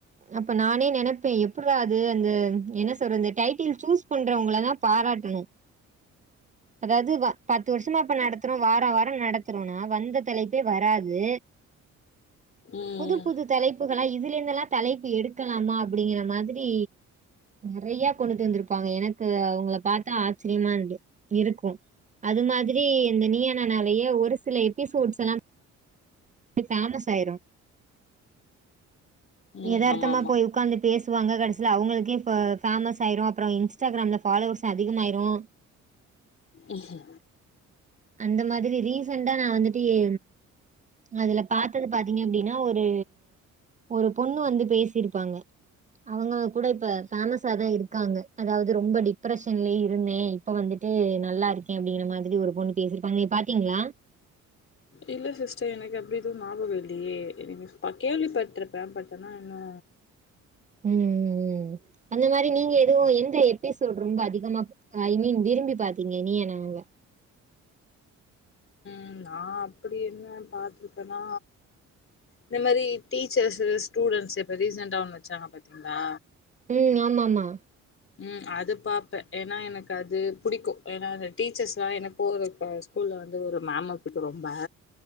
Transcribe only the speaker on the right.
அப்ப நானே நெனப்பே எப்புட்ரா அது அந்த என்ன சொல்றது டைட்டில் சூஸ் பண்றவங்களதா பாராட் உம் அதாவது வா பத்து வருஷமா நடத்துறோ வார வாரோ நடத்துறோனா வந்த தலைப்பே வராது
புது புது தலைப் களா இதுல இருந்தெல்லா தலைப்பு எடுக்கலாமா அப்டிங்கிற மாதிரி நெறைய கொண்டுட்டு வந்துருப்பாங்க எனக்கு அவுங்கள பாத் ஆச்சரியமா இருந்து இருக்கு அது மாதிரி இந்த நீயா நானாவையே ஒரு சில எபிசோட்ஸ்ல்லா ஃபேமஸ் ஆயிரு
எதார்த்தமா
போய் உட்காந்துட் பேசுவாங்க கடைசில அவுங்களுக்கே இப்ப ஃபேமஸ் ஆயிரு அப்பறோ இன்ஸ்டாகிராம்ல ஃபாலோவர்ஸ் அதிகமாயிரு
அந்த மாதிரி ரீசன்டா நா வந்துட்டு ஏ அதுல பாத்தது பாத்தீங்க அப்டின்னா ஒரு ஒரு பொண்ணு வந்து பேசிருப்பாங்க அவுங்க கூட இப்ப பேமஸாதா இருக்காங்க அதாவது ரொம்ப டிப்ரஷன்லயே இருந்தே இப்ப வந்துட்டு நல்லா இருக்கே அப்டிங்கிற மாதிரி ஒரு பொண்ணு பேசிருப்பாங்க பாத்தீங்களா
ம் ம் ம் அந்த மாரி நீங்க எதுவு எந்த எபிசோட் ரொம்ப அதிகமா ஐ மீன் விரும்பி பாத்தீங்க நீயா நானால
ம் ஆமாம்மா